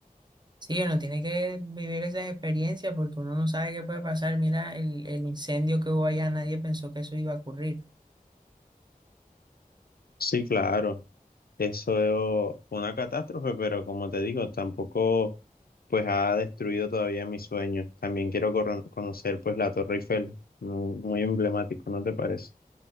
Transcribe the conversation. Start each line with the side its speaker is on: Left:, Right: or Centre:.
Right: Sí, uno tiene que vivir esas experiencias porque uno no sabe qué puede pasar. Mira, el, el incendio que hubo allá, nadie pensó que eso iba a ocurrir.
Left: Sí, claro. Eso fue una catástrofe, pero como te digo, tampoco pues ha destruido todavía mis sueños. También quiero corro- conocer pues la Torre Eiffel, mu- muy emblemático, ¿no te parece?